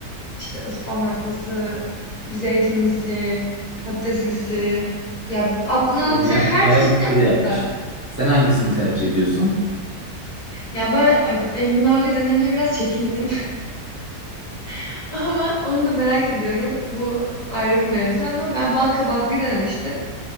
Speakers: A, on the left (about 25°); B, on the right (about 20°).
A: İşte ıspanaklısı, zeytinlisi, patateslisi. Ya aklına
B: Baya,
A: alabileceği her
B: bayağı
A: çeşit
B: bir
A: yapmışlar.
B: tur yapmış. Sen hangisini tercih ediyorsun?
A: Ya ben a- enginarlı denemeye biraz çekindim. <laughs> Ama onu da merak ediyorum. Bu ayrı bir mevzu ama ben bal kabaklıyı denemiştim.